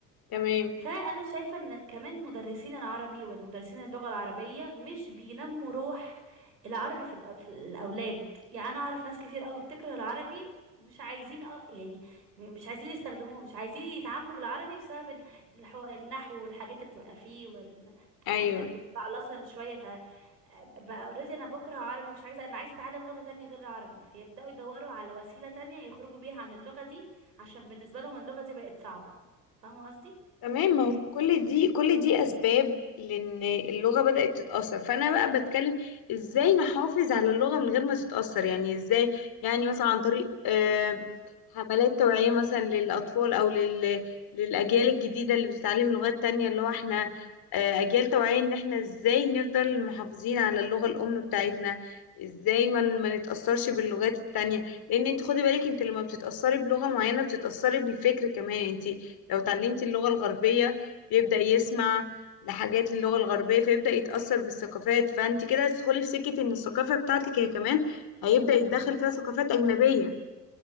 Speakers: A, on the left (about 45°); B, on the right (about 85°).
A: تمام
B: فانا شايفه ان كمان مدرسين العربي والمدرسين اللغه العربيه مش بينموا روح العربي في, الأ- في الاولاد يعني انا اعرف ناس كتير قوي بتكره العربي مش عايزين أ- يعني مش عايزين يستخدموه مش عايزين يتعاملوا بالعربي بسبب ال- الحو... النحو والحاجات اللي بتبقى فيه وال...
A: ايوه
B: والحاجات اللي متعلصه شويه فبقى اوريدي انا بكره عربي مش عايزه انا عايزه اتعلم لغه تانية غير العربي فيبداوا يدوروا على وسيله تانية يخرجوا بيها عن اللغه دي عشان بالنسبه لهم اللغه دي بقت صعبه فاهمه قصدي
A: تمام ما هو كل دي كل دي اسباب لان اللغه بدات تتاثر فانا بقى بتكلم ازاي نحافظ على اللغه من غير ما تتاثر يعني ازاي يعني مثلا عن طريق آه، حملات توعيه مثلا للاطفال او لل للاجيال الجديده اللي بتتعلم لغات تانية اللي هو احنا آه، اجيال توعيه ان احنا ازاي نفضل محافظين على اللغه الام بتاعتنا ازاي ما ن- ما نتاثرش باللغات التانية لان انت خدي بالك انت لما بتتاثري بلغه معينه بتتاثري بالفكر كمان انت لو اتعلمتي اللغة الغربية بيبدأ يسمع لحاجات للغة الغربية فيبدأ يتأثر بالثقافات فانت كده هتدخلي في سكة ان الثقافة بتاعتك هي كمان هيبدأ يتدخل فيها ثقافات أجنبية